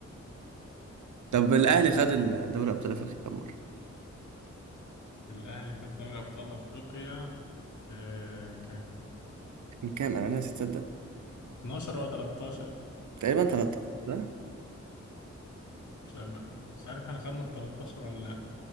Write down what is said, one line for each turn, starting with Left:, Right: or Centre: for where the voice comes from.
Right: طب الاهلي خد الدوري ابطال افريقيا كام مره؟
Left: الاهلي خد دوري ابطال افريقيا آه كام
Right: كان كام انا ناسي تصدق
Left: 12 ولا 13
Right: تقريبا 13 ده
Left: مش عارف مش عارف احنا خدنا ال 13 ولا لا